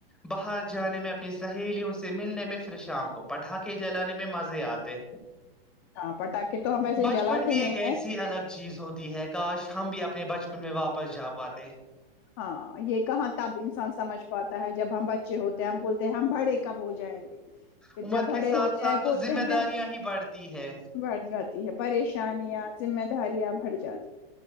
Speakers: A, in the centre; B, on the left.
A: باہر جانے میں اپنی سہیلیوں سے ملنے میں پھر شام کو پٹھا کےے جلانے میں مزے آتے
B: ہاں پٹاخے تو ہم ایسے
A: بچپن
B: جلاتے
A: بھی
B: نہیں
A: ایک
B: ہیں
A: ایسی الگ چیز ہوتی ہے کاش ہم بھی اپنے اپنے بچپن میں واپس جا پاتے
B: ہاں یہ کہاں تب انسان سمجھ پاتا ہے جب ہم بچے ہوتے ہیں ہم بولتے ہیں ہم بڑے کب ہو جائیں گے پھر
A: عمر
B: جب
A: کے
B: بھڑے
A: ساتھ
B: ہوتے
A: ساتھ
B: ہیں بولتے
A: تو ذمہ
B: ہیں
A: داریاں ہی بڑھتی ہے
B: بڑھ جاتی ہے پریشانیاں ذمہ داریاں بھ جات